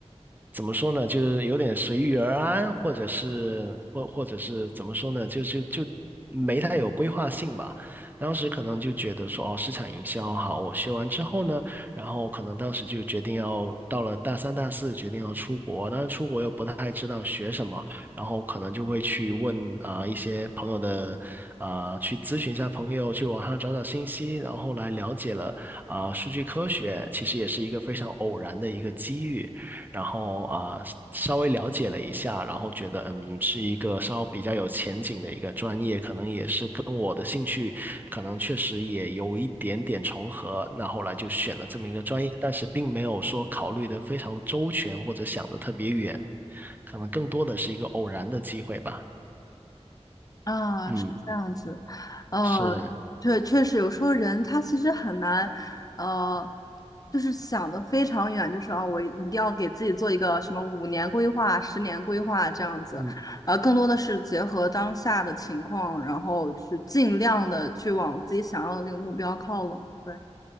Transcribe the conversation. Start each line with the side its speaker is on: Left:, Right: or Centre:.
Right: 怎么说呢？就是有点随遇而安，或者是或或者是怎么说呢？就是就没太有规划性吧。当时可能就觉得说，哦，市场营销好，我学完之后呢，然后可能当时就决定要到了大三、大四，决定要出国，但是出国又不太知道学什么。然后可能就会去问啊、一些朋友的啊、去咨询一下朋友，去网上找找信息，然后后来了解了啊、数据科学其实也是一个非常偶然的一个机遇，然后啊、稍微了解了一下，然后觉得嗯是一个稍比较有前景的一个专业，可能也是跟我的兴趣可能确实也有一点点重合，那后来就选了这么一个专业，但是并没有说考虑的非常周全或者想的特别远。可能更多的是一个偶然的机会吧。
Left: 啊，
Right: 嗯，
Left: 是这样子，呃，
Right: 是，
Left: 确确实有时候人他其实很难，呃，就是想的非常远，就是啊，我一定要给自己做一个什么五年规划、十年规划这样子，
Right: 嗯，
Left: 呃，更多的是结合当下的情况，然后去尽量的去往自己想要的那个目标靠拢。对，